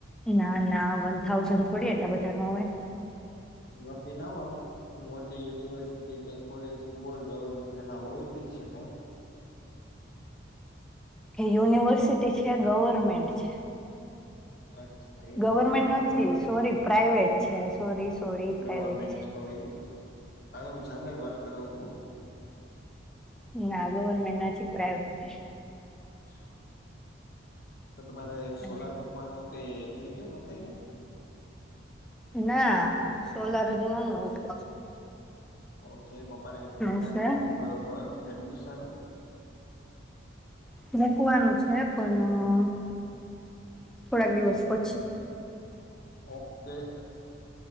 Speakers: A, in the centre; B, on the left (about 50°).
A: ના ના વન થાઉઝન્ડ થોડી એટલા બધામાં હોય.
B: નથી ના હોયું. મોટી યુનિવર્સિટી કે કોલેજ હોય ગવર્મેન્ટ એમાં હોય બી શકે ને.
A: યુનિવર્સિટી છે ગવર્મેન્ટ છે.
B: અચ્છા એ
A: ગવર્મેન્ટ
B: મને
A: નથી
B: ખબર ત
A: સોરી
B: યુનીવસીર્ટી
A: પ્રાઈવેટ છે સોરી સોરી પ્રાઈવેટ
B: ગવમેન્ટ.
A: છે.
B: હોય, અરે હું જનર વાત કરું હું.
A: ના ગવર્મેન્ટ ના ચીકરા હો છે.
B: અચ્છા. તો તમારે એક
A: અને
B: સોલાર મૂકવાનું હો તો એ થઈ ગયું મુકાય ગય કે?
A: ના સોલાર હ જ ના મુકાયું.
B: ઓકે પપ્પા ને એક મજા
A: છે.
B: ન બરોબર થઈ ગયું સારું.
A: મકવાનું છે પણ થોડાક દિવસ પછી.
B: ઓકે.